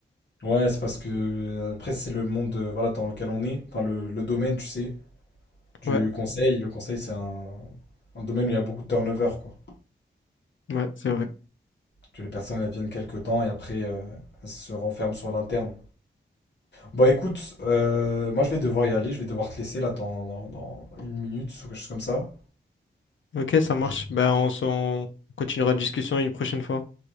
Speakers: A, on the left; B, on the left.
A: Ouais, c'est parce que euh, après, c'est le monde euh, voilà, dans lequel on est, enfin le, le domaine, tu sais, du
B: Ouais,
A: conseil. Le conseil, c'est un, un domaine où il y a beaucoup de turnover, quoi.
B: ouais, c'est vrai.
A: Que les personnes elles viennent quelques temps et après, euh, elles se renferment sur l'interne. Bon, écoute, euh, moi je vais devoir y aller, je vais devoir te laisser là dans, dans- dans une minute ou quelque chose comme ça.
B: Ok, ça
A: Parce que
B: marche.
A: j'ai-
B: Ben, on, s'en- on continuera la discussion une prochaine fois.